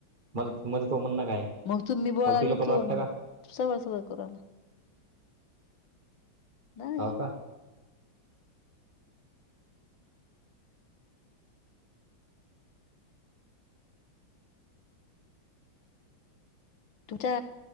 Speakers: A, on the right; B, on the left.
A: मल-मला <unintelligible> तो म्हण ना काय?
B: मग तुम्ही बोलायले
A: मला तिला पण
B: तुम,
A: वाटतं का
B: सवळ सवळ करूला नाही.
A: हाव का
B: तुमच्यआ